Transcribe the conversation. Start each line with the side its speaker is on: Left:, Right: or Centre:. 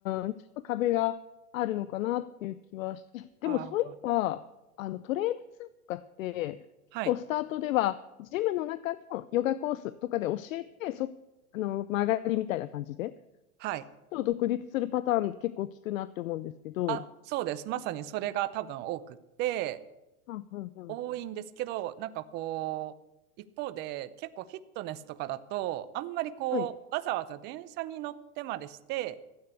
Left: ーん、ちょっと壁があるのかなっていう気はして、でもそういえば、
Right: あ、
Left: あのトレーナーさんとかって、結構スタートでは、
Right: はい。
Left: ジムの中のヨガコースとかで教えて、そ、あの、曲がりみたいな感じで、
Right: はい。
Left: と独立するパターン結構聞くなって思うんですけど、
Right: あ、そうです。まさにそれが多分多くって、
Left: うんうんうん。
Right: 多いんですけど、なんかこう、一方で結構フィットネスとかだと、あんまりこう、
Left: はい、
Right: わざわざ電車に乗ってまでして、